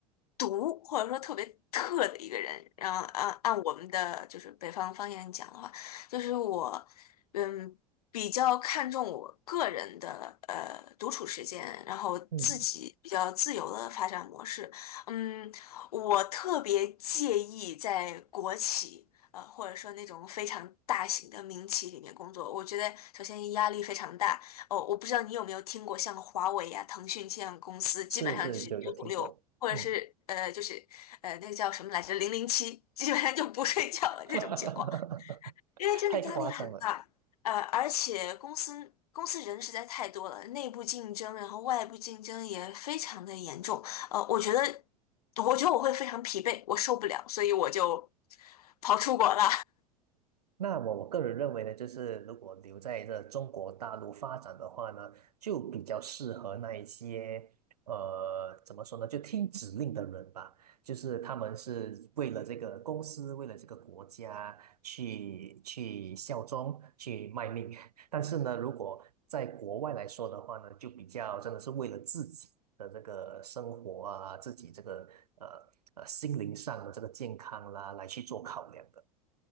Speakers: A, on the left; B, on the right.
A: 独或者说特别特的一个人。然后按按我们的就是北方方言讲的话，就是我嗯。比较看重我个人的呃独处时间，然后自己比较自由的发展模式，
B: 嗯，
A: 嗯，我特别介意在国企，呃，或者说那种非常大型的民企里面工作。我觉得首先压力非常大。哦，我不知道你有没有听过像华为呀、腾讯这样的公司，基本上就是九九六，
B: 是是，有有听过，
A: 或者是呃，
B: 嗯，
A: 就是呃，那个叫什么来着，零零七，基本上就不睡觉了这种情况。
B: <laughs>
A: 因为真的压力很大，
B: 太夸张了。
A: 呃，而且公司公司人实在太多了，内部竞争，然后外部竞争也非常的严重，呃，我觉得，我觉得我会非常疲惫，我受不了，所以我就跑出国了。
B: 那我我个人认为呢，就是如果留在这中国大陆发展的话呢，就比较适合那一些呃，怎么说呢，就听指令的人吧。就是他们是为了这个公司，为了这个国家去去效忠、去卖命。<laughs> 但是呢，如果在国外来说的话呢，就比较真的是为了自己的这个生活啊，自己这个呃呃心灵上的这个健康啦，来去做考量的。